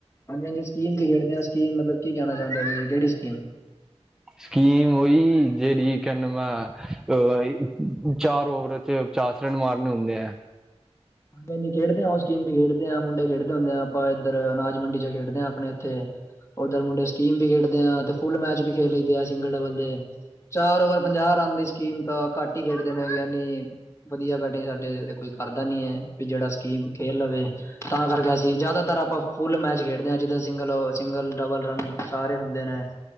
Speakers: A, on the left; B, in the centre.
A: ਹਾਂਜੀ-ਹਾਂਜੀ, ਸਕੀਮ ਵੀ ਖੇਡਦੇ ਆਂ ਸਕੀਮ ਮਤਲਬ ਕੀ ਕੈਣਾ ਚਾਂਦੇ ਓ ਤੁਸੀਂ ਕੇੜੀ ਸਕੀਮ?
B: ਸਿਕੀਮ ਓਈ ਜੇੜੀ ਕਨ ਮੈਂ ਅ, ਚਾਰ ਓਵਰ ਚ ਚਾਰ ਸੋ ਰਨ ਮਾਰਨੇ ਹੁੰਦੇ ਆ।
A: ਹਾਂਜੀ-ਹਾਂਜੀ ਖੇੜਦੇ ਆ ਓਸ ਗੇਮ ਵੀ ਖੇਡਦੇ ਆਂ ਮੁੰਡੇ ਖੇਡਦੇ ਹੁੰਦੇ ਆਂ, ਆਪਾਂ ਏਦਰ ਅਨਾਜ ਮੰਡੀ 'ਚ ਖੇੜਦੇ ਆਂ ਆਪਣੇ ਏਥੇ ਓਦਰ ਮੁੰਡੇ ਸਕੀਮ ਵੀ ਖੇੜਦੇ ਆਂ, ਤੇ ਫੁਲ ਮੈਚ ਵੀ ਖੇਲ ਲਈ ਦੇ ਆ ਸਿੰਗਲ ਡਬਲ ਦੇ ਚਾਰ ਓਵਰ ਪੰਜਾਹ ਰਨ ਦੇ ਸੀ। ਕੀਮਤਾਂ ਘੱਟ ਈ ਖੇੜਦੇ ਨੇ ਯਾਨੀ, ਵਦੀਆ ਬੈਟਿੰਗ ਸਾਡੇ ਜੇਜਾ ਕੋਈ ਕਰਦਾ ਨੀ ਏ। ਵੀ ਜੇੜਾ ਸਕੀਮ ਖੇਲ ਲਵੇ, ਤਾਂ ਕਾਰਕੇ ਅਸੀਂ ਜੇਆਦਾਤਰ ਆਪਾਂ ਫੁੱਲ ਮੈਚ ਖੇੜਦੇ ਆਂ, ਜਿੱਦਾਂ ਸਿੰਗਲ-ਸਿੰਗਲ ਡਬਲ ਰਨ ਸਾਰੇ ਹੁੰਦੇ ਨੇ।